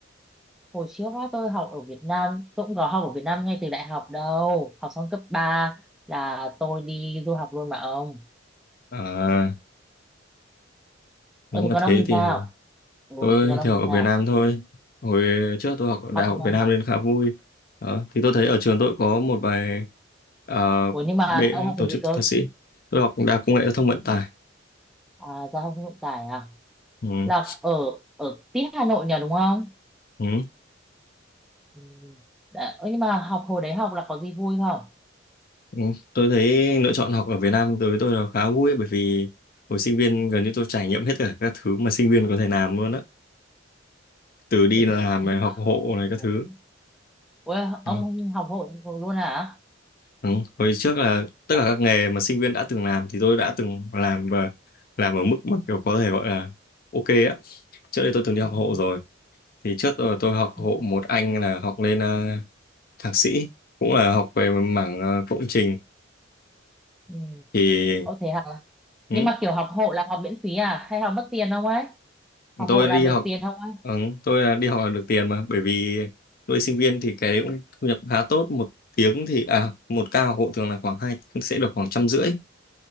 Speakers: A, in the centre; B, on the left (about 50°).
A: hồi trước á, tôi học ở Việt Nam, tôi cũng có học ở Việt Nam ngay từ đại học đâu. Học xong cấp 3 là tôi đi du học luôn mà ông.
B: à,
A: Ôi
B: nếu mà
A: thế còn
B: thế
A: ông thì
B: thì
A: sao? Ừ,
B: tôi
A: thế còn ông
B: thì học
A: thì
B: ở Việt
A: sao?
B: Nam thôi hồi trước tôi học ở Đại
A: Học
B: học
A: Việt Nam
B: Việt Nam
A: à?
B: nên khá vui đó. thì tôi thấy ở trường tôi có một vài à,
A: Ủa nhưng mà
B: bệ-
A: ông học
B: tổ
A: trường
B: chức
A: gì cơ?
B: thạc sĩ tôi học Đại học Công nghệ Giao thông Vận tải
A: À, giao thông vận tải à?
B: ừ,
A: Là ở ở tít Hà Nội nhỉ đúng không?
B: ừ.
A: Ừ. Đã, ơ, nhưng mà học hồi đấy học là có gì vui không?
B: Ừ, Tôi thấy lựa chọn học ở Việt Nam đối với tôi là khá vui ấy, bởi vì hồi sinh viên gần như tôi trải nghiệm hết tất cả các thứ mà sinh viên có thể làm luôn á từ đi
A: Thì
B: làm
A: nhưng
B: này học
A: mà
B: hộ này
A: ừ,
B: các
A: đấy.
B: thứ
A: Ủa,
B: Đó.
A: ông không học hội luôn hả?
B: ừ. Hồi trước là tất
A: Dạ.
B: cả các nghề mà sinh viên đã từng làm thì tôi đã từng làm và làm ở mức mà kiểu có thể gọi là ok á trước đây tôi từng đi học
A: Ừ.
B: hộ rồi thì trước tôi, tôi học hộ
A: Ừ.
B: một anh là học lên ờ, thạc sĩ cũng là học về mảng ờ, công trình
A: Ừ.
B: thì
A: Ồ thế hả?
B: ừ.
A: Nhưng mà kiểu học hộ là học miễn phí à? Hay học mất tiền không ấy? Học
B: tôi
A: hộ là
B: đi
A: được
B: học
A: tiền không ấy?
B: ừ, tôi là đi học là được tiền mà bởi vì tôi sinh viên thì cái đấy cũng thu nhập khá tốt một tiếng thì à một ca học hộ thường là khoảng hai sẽ được khoảng trăm rưỡi